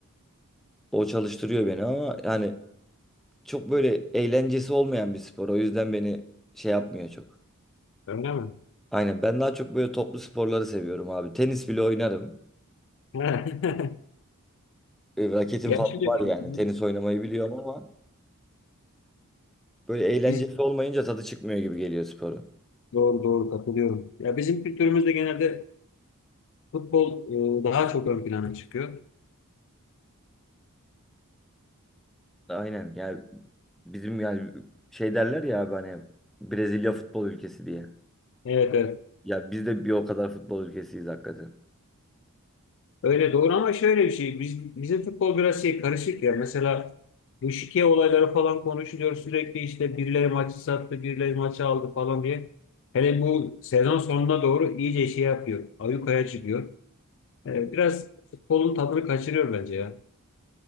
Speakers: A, in the centre; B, on the left.
A: O çalıştırıyor beni ama yani çok böyle eğlencesi olmayan bir spor. O yüzden beni şey yapmıyor çok.
B: Öyle mi?
A: Aynen ben daha çok böyle toplu sporları seviyorum abi. Tenis bile oynarım.
B: <laughs>
A: E, Raketim
B: Ya
A: falan
B: şimdi
A: var
B: evet,
A: yani. Tenis oynamayı biliyorum ama böyle eğlencesi
B: biz
A: olmayınca tadı çıkmıyor gibi geliyor sporun.
B: doğru doğru katılıyorum. Ya bizim kültürümüzde genelde futbol e, daha çok ön plana çıkıyor.
A: Aynen yani bizim yani şey derler ya abi hani Brezilya futbol ülkesi diye.
B: Evet evet.
A: Ya biz de bir o kadar futbol ülkesiyiz hakikaten.
B: Öyle doğru ama şöyle bir şey. Biz, bizim futbol biraz şey karışık ya. Mesela bu şike olayları falan konuşuluyor sürekli işte birileri maçı sattı, birileri maçı aldı falan diye. Hele bu sezon sonuna doğru iyice şey yapıyor. Ayyukaya çıkıyor. Ee, biraz futbolun tadını kaçırıyor bence ya.